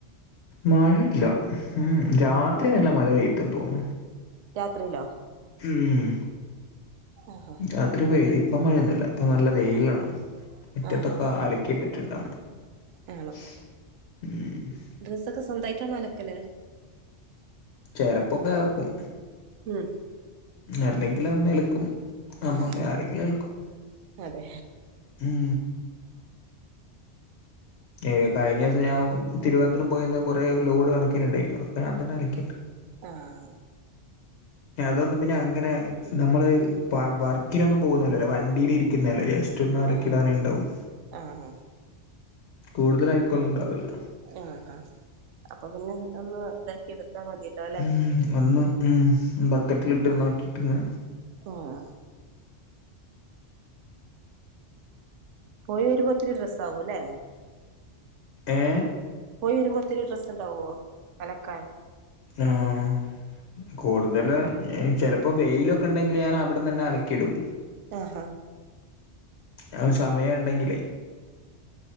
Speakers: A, on the left; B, on the right.
A: മഴയില്ലാ ഉം രാത്രി
B: ഉം
A: നല്ല മഴ പെയ്തന്ന് തോനുന്നു
B: രാത്രിയിലോ
A: ഉം
B: ആഹാ
A: രാത്രി
B: ഇവിടെ
A: പെയ്ത്
B: പെയ്തൊന്നും
A: ഇപ്പ മഴയൊന്നുല്ലാ ഇപ്പ നല്ല വെയിലാണ്
B: ആഹ്
A: മുറ്റത്തൊക്കെ
B: ആഹാ
A: അലക്കിയിട്ടിട്ട്ണ്ട് അമ്മ
B: ആണോ
A: ഉം
B: ഡ്രസ്സക്കെ സ്വന്തായിട്ടണോ അലക്കല്
A: ചെലപ്പൊക്കെ അലക്കും
B: ഉം
A: അല്ലെങ്കില് അമ്മ അലക്കും അമ്മമ്മയോ
B: ആ
A: ആരെങ്കിലും അലക്കും
B: അതെ
A: ഉം ഏഹ് കഴിഞ്ഞ ദിവസം ഞാൻ തിരുവനന്തപുരം പോയി വന്ന കൊറെ ഒരു ലോഡ് കണക്കിന് ഇണ്ടായിനി അതൊക്കെ ഞാൻ തന്നെ അലക്കിയിട്ട്
B: ആഹ്
A: ഞാൻ അതൊന്നും പിന്നെ അങ്ങനെ നമ്മള് പ വർക്കിനൊന്നും പോകുന്ന പോലെയല്ലല്ലോ വണ്ടിയില് ഇരിക്കുന്നയല്ലേ ജസ്റ്റ് ‌റ്റൊന്ന് അലക്കി
B: ആഹ്
A: ഇടാനേ ഇണ്ടാവും
B: ആഹ്
A: കൂടുതൽ അഴുക്കൊന്നും ഉണ്ടാവൂല്ലാ
B: ആഹഹാ അപ്പൊ പിന്നെ ഒന്ന് ഇതാക്കി എട് ത്താ മതിയല്ലോ അല്ലെ
A: ഉം ഒന്ന് ഉം ബക്കറ്റിലിട്ട് ഒന്നാക്കിറ്റൊന്ന്
B: ആഹ് പോയി വെരുമ്പോത്തിന് ഡ്രസ്സാവുലെ
A: ഏ
B: പോയി വെരുമ്പോത്തിന് ഡ്രസ്സ്ണ്ടാവോ അലക്കാൻ
A: ആഹ് കൂട്തല് ചെലപ്പോ വെയിലൊക്കെണ്ടെങ്കില് ഞാനവ്ട്ന്നെന്നെ അലക്കിടും
B: ആഹാ
A: അത് സമയണ്ടെങ്കിലെ